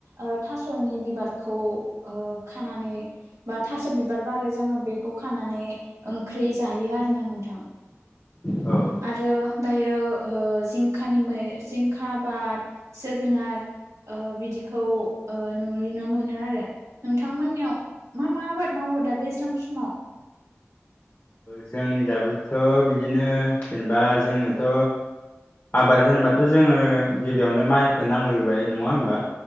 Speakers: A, on the right; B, on the left.
A: ओ थास'नि बिबारखौ ओ खानानै बा थास' बिबार बारो जोङो बेखौ खानानै ओंख्रि जायो आरोना नोंथां।
B: औ औ
A: आरो दायो ओ जिंखानि मै जिंखा आबाद जोगोनार। ओ बिदिखौ ओ नुुयोनो मोनो आरो नोंथांमोननियाव मा मा आबाद मावो दा दैज्लां समाव?
B: जोंनिजाबोथ' बिदिनो जेनेबा जोंनोथ' आबाद होनोबाथ' जोङो गिबियावनो मायखो नांग्रोबाय नङा होमबा?